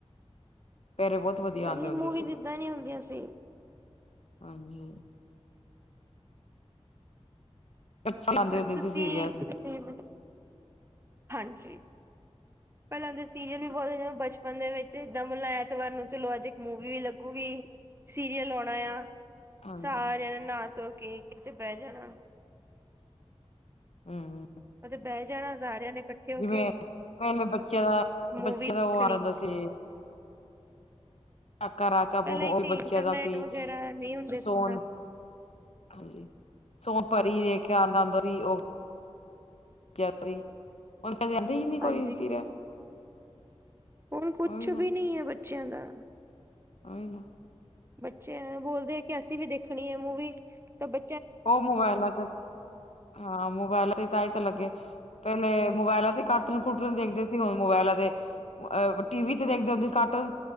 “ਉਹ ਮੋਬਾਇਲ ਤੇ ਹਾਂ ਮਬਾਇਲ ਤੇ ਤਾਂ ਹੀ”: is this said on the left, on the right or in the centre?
Left